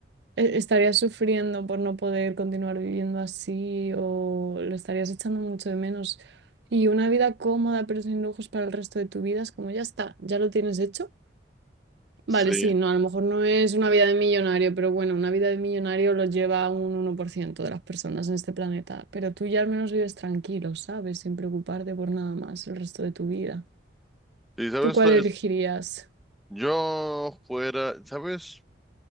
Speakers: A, on the right; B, in the centre.
A: e- estarías sufriendo por no poder continuar viviendo así o lo estarías echando mucho de menos. Y una vida cómoda pero sin lujos para el resto de tu vida es como ya está, ya lo tienes hecho.
B: Sí.
A: Vale, sí, no, a lo mejor no es una vida de millonario, pero bueno, una vida de millonario lo lleva un uno por ciento de las personas en este planeta. Pero tú ya al menos vives tranquilo, ¿sabes? Sin preocuparte por nada más el resto de tu vida.
B: Y sabes,
A: ¿Tú cuál
B: Esto
A: elegirías?
B: es- yo fuera, ¿sabes?